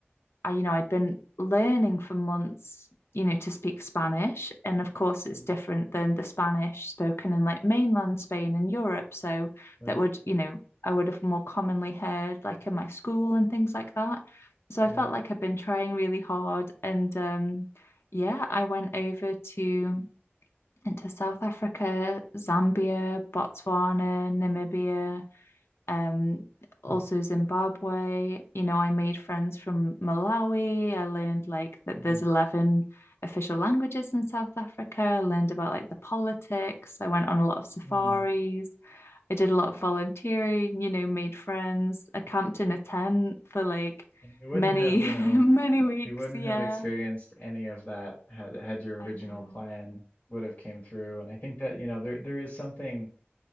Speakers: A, on the left; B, on the left.
A: I, you know, I'd been learning for months, you know, to speak Spanish. And of course, it's
B: Mm,
A: different than the Spanish spoken in like mainland Spain and Europe. So
B: right?
A: that would, you know, I would have more commonly heard like in my school and things like that. So
B: Yeah.
A: I felt like I've been trying really hard. And um, yeah, I went over to into South Africa, Zambia, Botswana, Namibia, um, also
B: Mm,
A: Zimbabwe. You know, I made friends from Malawi. I learned like that
B: mm,
A: there's 11 official languages in South Africa. I learned about like the politics. I went on a lot of safaris.
B: mm.
A: I did a lot of volunteering, you know, made friends. I camped in a tent for like
B: And you wouldn't
A: many,
B: have,
A: <laughs>
B: you
A: many
B: know,
A: weeks.
B: You wouldn't
A: Yeah,
B: have experienced any of that had had your
A: I
B: original
A: know.
B: plan would have came through. And I think that, you know, there there is something